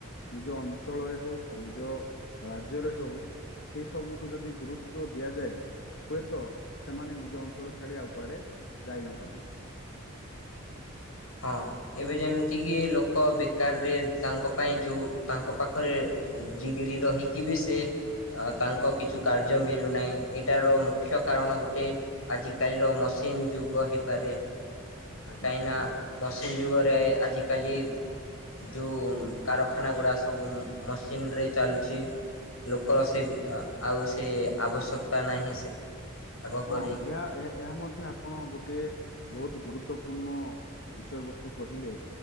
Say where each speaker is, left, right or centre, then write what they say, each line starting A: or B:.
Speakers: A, on the left; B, on the left.
A: ନିଜ ଅଞ୍ଚଳରେ ହଉ ବା ନିଜ ରାଜ୍ୟରେ ହଉ ସେ ସବୁକୁ ଯଦି ଗୁରୁତ୍ଵ ଦିଆଯାଏ ହୁଏତ ସେମାନେ ନିଜ ଅଞ୍ଚଳ ଛାଡି ଆଉ କୁଆଡେ ଯାଇ ନ ପାରନ୍ତି।
B: ହଁ ଏବେ ଯେମ୍ତି କି ଲୋକ ବେକାରରେ ତାଙ୍କ ପାଇଁ ଯୋଉ ତାଙ୍କ ପାଖରେ ଡିଗ୍ରୀ ରହିକି ବି ସେ ଅ ତାଙ୍କ କିଛି କାର୍ଯ୍ୟ ମିଳୁନାହିଁ, ଏଇଟାର ମୁଖ୍ୟ କାରଣ ଗୋଟେ ଆଜିକାଲିର ମସିନ୍ ଯୁଗ ହେଇପାରେ,
A: ଆଜ୍ଞା
B: କାଇଁନା ମସିନ୍ ଯୁଗରେ ଆଜିକାଲି ଯୋଉ କାରଖାନ ଗୁଡ଼ା ସବୁ ମସିନ୍ ରେ ଚାଲୁଛି। ଲୋକର ସେ ବି ଆଉ ସେ ଆବଶ୍ୟକତା ନାହିଁ, ସେ ଆଗ
A: ହଁ
B: ପରି।
A: ଏହା-ଏହା ମଧ୍ୟ ଆ ପଣ ଗୋଟିଏ ବହୁତ୍ ଗୁରୁତ୍ୱପୂର୍ଣ୍ଣ ବିଷୟବସ୍ତୁ କହିଲେ